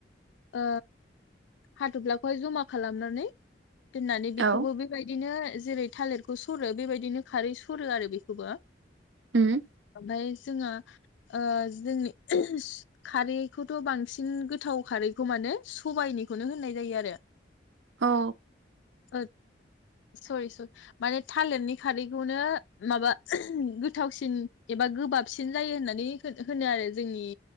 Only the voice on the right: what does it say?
औ
उम
औ